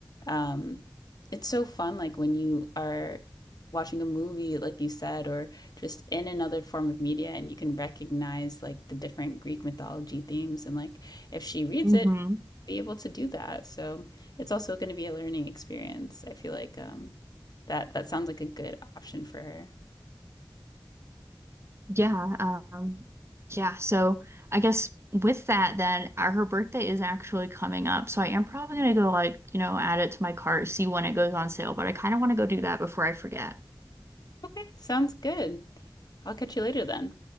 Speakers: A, on the left (about 55°); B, on the right (about 35°).
A: um it's so fun like when you are watching a movie like you said or just in another form of media and you can recognize like the different Greek mythology themes and like if she reads
B: hmm
A: it, be able to do that. So it's also going to be a learning experience. I feel like um, that that sounds like a good option for her.
B: Yeah, um, yeah. So I guess with that, then uh, her birthday is actually coming up. So I am probably gonna go like, you know, add it to my cart, see when it goes on sale. But I kind of want to go do that before I forget.
A: Okay, sounds good. I'll catch you later then.